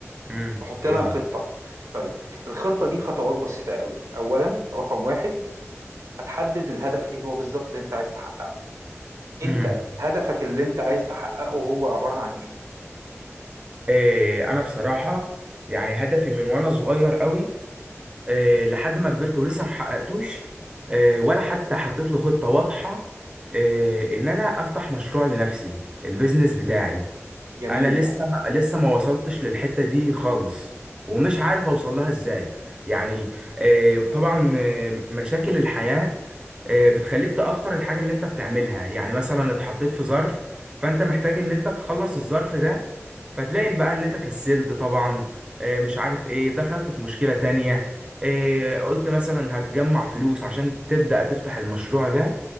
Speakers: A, on the right; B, on the right.
A: امم
B: تحط
A: قول
B: لها خطة
A: لي
B: طيب الخطة دي خطوات بسيطة قوي أولا رقم واحد هتحدد الهدف إيه هو بالظبط اللي أنت عايز تحققه أنت
A: امم
B: هدفك اللي أنت عايز تحققه هو عبارة عن إيه
A: إيه أنا بصراحة يعني هدفي من وأنا صغير قوي آه، لحد ما كبرت ولسه ما حققتوش آه، ولا حتى حطيت له خطة واضحة آه، ان انا افتح مشروع لنفسي البيزنس بتاعي
B: جميل
A: انا لسه ما لسه ما وصلتش للحتة دي خالص ومش عارف اوصل لها ازاي يعني آه، طبعا آه، مشاكل الحياة آه، بتخليك تأخر الحاجة اللي انت بتعملها يعني مثلا اتحطيت في ظرف فانت محتاج ان انت تخلص الظرف ده فتلاقي إن بقى ان انت كسلت طبعا آه، مش عارف ايه دخلت في مشكلة تانية آه، قلت مثلا هتجمع فلوس عشان تبدأ تفتح المشروع ده